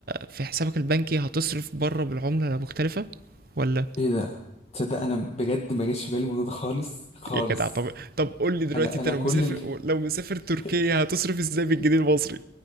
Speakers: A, on the right; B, on the left.
A: في حسابك البنكي هتصرف بره بالعمله مختلفه ولا
B: ايه ده تصدق انا بجد ما جاش في بالي الموضوع ده خالص خالص
A: يا جدع طب طب قول لي دلوقتي
B: انا
A: انت
B: انا
A: لو
B: كل
A: مسافر
B: ال...
A: لو مسافر تركيا
B: <laughs>
A: هتصرف ازاي بالجنيه المصري